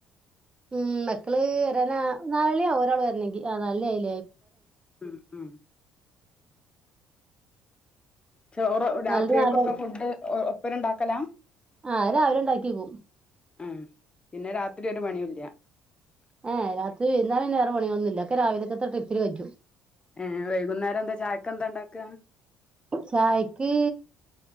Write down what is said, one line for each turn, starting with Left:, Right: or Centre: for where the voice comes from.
Right: ഉം മക്കള് വരാനാ നാലെണ്യാവും ഒരാൾ വരണെങ്കി ആ നാലണ്യിയായി.
Left: ഉം ഉം ചോറ് രാത്രിയെക്കൊക്ക
Right: നാലണി നാലായി
Left: ഫുഡ് ഒപ്പന്ന ഇണ്ടാക്കല
Right: ആ അത് രാവിലെ ഉണ്ടാക്കിയേക്കും
Left: ഉം പിന്നെ രാത്രി ഒരു പണിയുല്ല.
Right: ഏ ഏഹ് രാത്രി വൈന്നാര പിന്നെ വേറെ പണിളൊന്നുല്ല ഒക്കെ രാവിലേക്കെത്തെ ട്രിപ്പില് കജ്ജും.
Left: ഏഹ് വൈകുന്നേരം എന്താ ചായക്ക് എന്താ ഇണ്ടാക്ക്?
Right: ചായ്ക്ക്